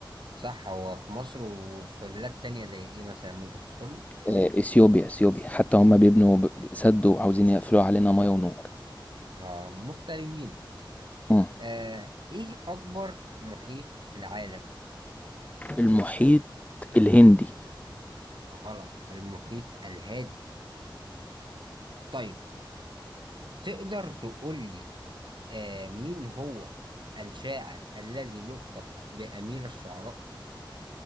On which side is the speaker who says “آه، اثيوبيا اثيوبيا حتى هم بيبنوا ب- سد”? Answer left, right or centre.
Left